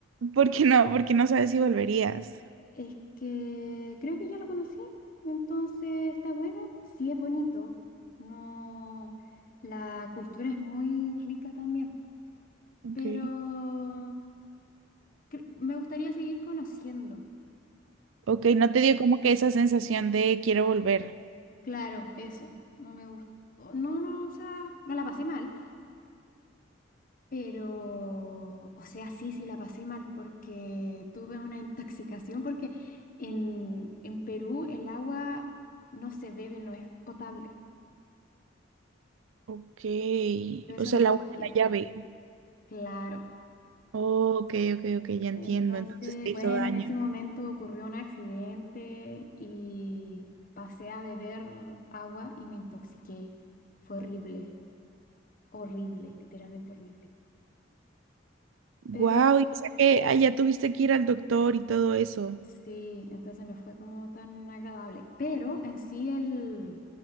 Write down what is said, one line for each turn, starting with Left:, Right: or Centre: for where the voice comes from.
Right: ¿Por qué no? ¿Por qué no sabes si volverías?
Left: Es que creo que ya lo conocí, entonces está bueno. Sí es bonito, no, la cultura es muy rica también,
Right: Ok.
Left: pero cre- me gustaría seguir conociendo.
Right: Ok, no te dio como que esa sensación de quiero volver.
Left: Claro, eso, no me gustó. No, no, o sea, no la pasé mal, Pero, o sea, sí, sí la pasé mal porque tuve una intoxicación porque en, en Perú el agua no se bebe, no es potable.
Right: Ok,
Left: Yo eso
Right: o sea,
Left: no
Right: la
Left: lo
Right: agua
Left: sabía.
Right: la llave.
Left: Claro.
Right: Ok, ok, ok, ya entiendo.
Left: Entonces,
Right: Entonces te
Left: bueno,
Right: hizo daño.
Left: en ese momento ocurrió un accidente y pasé a beber agua y me intoxiqué. Fue horrible, horrible, literalmente horrible.
Right: Wow,
Left: pero
Right: y o sea que allá tuviste que ir al doctor y todo eso.
Left: Sí, entonces no fue como tan agradable, pero en sí el,